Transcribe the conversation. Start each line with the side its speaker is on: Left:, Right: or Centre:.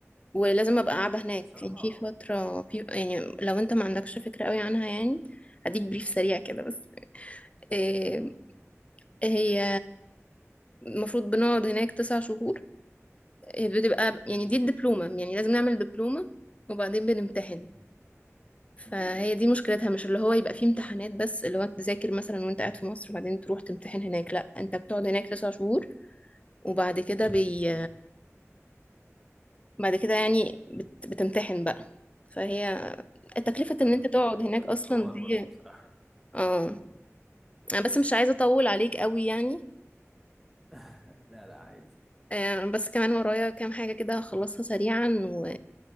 Left: ولازم ابقى قاعده هناك
Centre: بصراحة
Left: يعني في فتره في يعني لو انت ما عندكش فكره قوي عنها يعني هديك بريف سريع كده بس آه،
Centre: مم،
Left: هي المفروض بنقعد هناك تسع شهور آه، بتبقى يعني
Centre: مم،
Left: دي الدبلومه يعني لازم نعمل دبلومه وبعدين بنمتحن
Centre: مم،
Left: فهي
Centre: مم،
Left: دي مشكلتها مش اللي هو يبقى فيه امتحانات بس اللي هو تذاكر مثلا وانت قاعد في مصر وبعدين تروح تمتحن هناك لا انت بتقعد هناك تسع شهور وبعد كده بي
Centre: مم.
Left: بعد كده يعني بت... بتمتحن بقى فهي تكلفة
Centre: فاهمك
Left: ان انت تقعد
Centre: ايوه
Left: هناك
Centre: فاهم
Left: اصلا
Centre: حوار
Left: دي
Centre: برضو بصراحة
Left: اه
Centre: مم.
Left: انا بس مش عايزة اطول عليك قوي يعني
Centre: <laughs> لا لا عادي
Left: آه، بس كمان ورايا كام حاجة كده هخلصها سريعا و...